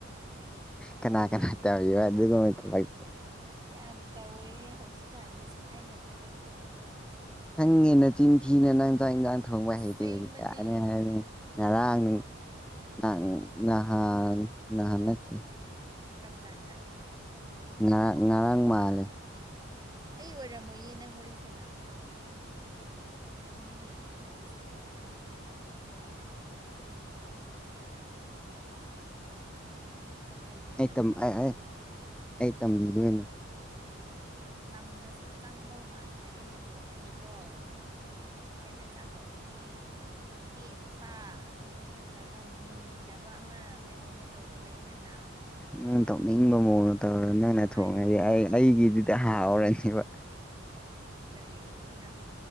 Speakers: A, in the centre; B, on the right.
A: ꯀꯅꯥ ꯀꯅꯥ ꯇꯧꯔꯤꯕ ꯑꯗꯨꯒꯨꯝꯕ ꯊꯕꯛꯇꯤ
B: ꯌꯥꯝ ꯇꯧꯋꯦ ꯍꯦ ꯍꯧꯖꯤꯛꯀꯥꯟꯗꯤ ꯁꯨꯃꯥꯏꯅ ꯉꯥꯛꯇꯅꯦ
A: ꯈꯪꯉꯦ ꯅꯆꯤꯟ ꯊꯤꯅꯨ ꯅꯪ ꯆꯥꯛ ꯏꯟꯁꯥꯡ ꯊꯣꯡꯕ
B: ꯑꯁ
A: ꯍꯩꯇꯦ
B: ꯁꯦꯡꯕꯅꯦ
A: ꯀꯥ ꯍꯥꯏꯅꯤ ꯉꯔꯥꯡ ꯅ ꯅꯍꯥꯟ ꯅꯍꯥꯟ ꯅꯠꯇꯦ
B: ꯀꯝ ꯀꯥꯟꯗ
A: ꯉꯔꯥꯡ ꯉꯔꯥꯡ ꯃꯥꯜꯂꯦ
B: ꯑꯩ ꯑꯣꯏꯔꯝ ꯃꯣꯏꯌꯦ ꯅꯪ ꯋꯥꯔꯤ ꯁꯥꯟꯅꯕꯗꯣ ꯑꯩꯗꯤ ꯍꯦꯛ ꯍꯩꯇꯦꯍꯦ ꯑꯁꯦꯡꯕ ꯍꯩꯇꯕꯒꯤ
A: ꯑꯩ ꯇꯝ ꯑꯩ
B: ꯍꯩ
A: ꯑꯩ ꯑꯩ ꯇꯝꯕꯤꯗꯣꯏꯅꯦ
B: ꯇꯝꯃꯁꯨ ꯆꯪꯗꯧ ꯃꯥꯟꯗ꯭ꯔꯦ ꯑꯩꯅ ꯊꯣꯡꯉꯗꯤꯀꯣ ꯑꯩꯅ ꯆꯥꯛ ꯊꯣꯡꯉꯗꯤ ꯄꯦꯠꯄ ꯅꯠꯇ꯭ꯔꯒ ꯃꯨꯟꯗꯕ ꯑꯃ ꯀꯩꯅꯣꯝꯃ ꯇꯧꯕ ꯂꯩꯗꯅ
A: ꯅꯪꯅ ꯇꯧꯅꯤꯡꯕ ꯃꯑꯣꯡꯗ ꯇꯧꯔꯣ ꯅꯪꯅ
B: ꯑꯗꯨꯃꯥꯏꯅ
A: ꯊꯣꯡꯉꯗꯤ
B: ꯑꯗꯨꯝ
A: ꯑꯩ
B: ꯇꯧ
A: ꯑꯩꯒꯤꯗꯨꯗ ꯍꯥꯎꯔꯅꯤꯕ
B: ꯀꯔꯤ ꯅꯪ